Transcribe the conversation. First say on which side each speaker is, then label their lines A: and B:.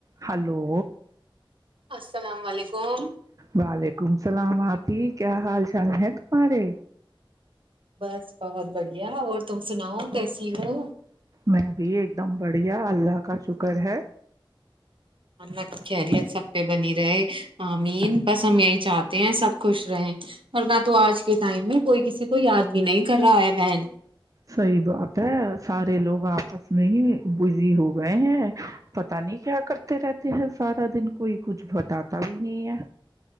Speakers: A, on the right (about 40°); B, on the right (about 70°).
A: hello
B: السلام علیکم
A: وعلیکم السلامح جی کیا حال چال ہے تمہارے
B: بس بہت بڑھیا اور تم سناؤ کیسی ہو
A: میں بھی ایک دم بڑھیا اللہ کا شکر ہے
B: اللہ کی خریت سب پہ بنی رہے امین بس ہم یہی چاہتے ہیں سب خوش رہے اور بات تو آج کے ٹائم میں کوئی کسی کو یاد بھی نہیں کر رہا ہے بہن
A: صحیح بات ہے سارے لوگ آپس میں ہی بزی ہو گئے ہیں پت نہیں کیا کرتے رہتے ہیں سارا دن کوئی کچھ بتاتا بھی نہیں ہے